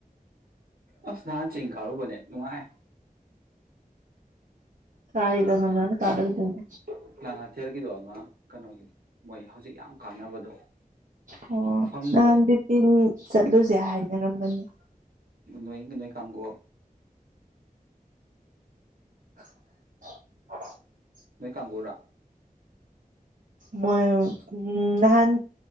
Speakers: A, on the right; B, on the right.
A: ꯑꯁ ꯅꯍꯥꯟ ꯆꯤꯡ ꯀꯥꯔꯨꯕꯅꯦ ꯅꯨꯡꯉꯥꯏ <inaudible>
B: ꯀꯥꯏꯗꯅ <unintelligible>
A: <unintelligible> ꯀꯩꯊꯦꯜꯒꯤꯗꯣ ꯑꯃ ꯀꯅꯣꯒꯤꯗ ꯃꯣꯏ ꯍꯧꯖꯤꯛ ꯌꯥꯝ ꯀꯥꯟꯅꯕꯗꯣ
B: ꯑꯣ
A: ꯃꯐꯝꯗꯣ
B: ꯅꯍꯥꯟ ꯕꯤꯄꯤꯟ ꯆꯠꯂꯨꯖꯦ ꯍꯥꯏꯅꯔꯝꯕꯅꯤ
A: ꯅꯣꯏ ꯅꯣꯏ ꯀꯥꯡꯒꯨ
B: <inaudible>
A: ꯅꯣꯏ ꯀꯥꯡꯕꯨꯔꯥ
B: ꯃꯣꯏ ꯎꯝ ꯅꯍꯥꯟ